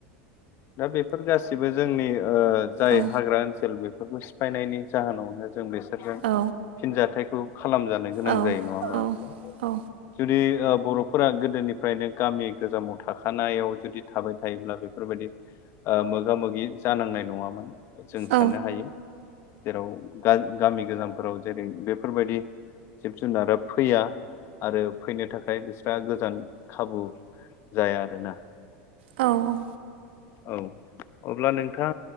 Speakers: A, on the left; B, on the right.
A: दा बेफोर गासिबो जोंनि ओ जाय
B: ओ
A: हाग्रा ओनसोल बे बे सिफायनायनि जाहोनावनो जों बेसोरजों
B: औ
A: फिनजथायाइखौ खालामजानाय गोनां
B: औ
A: जायो नङा
B: औ
A: होमबा
B: औ
A: जुदि बर' फोरा गोदोनिफ्रायनो गामि गोजामाव थाखानायाव जुदि थाबाय थायोब्ला बेफोरबायदि ओ मोगा-मोगि जानांनाय नङामोन जों साननो
B: ओ औ
A: हायो। जेराव गा-गामि गोजामफोराव जेरै बेफोर बायदि जिब-जुनारा फैया आरो फैनो थाखाय बिस्रा गोजान खाबु जाया आरोना
B: औ औ
A: औ अब्ला नोंथां